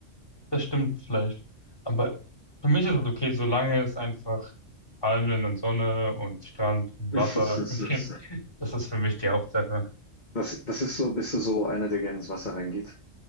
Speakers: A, on the left; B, on the left.
A: Das stimmt vielleicht. Aber für mich ist es okay, solange es einfach Palmen und Sonne und Strand und
B: <laughs>
A: Wasser <laughs> gibt. Das ist für mich die Hauptsache.
B: Was, was ist so, bist du so einer, der gerne ins Wasser reingeht?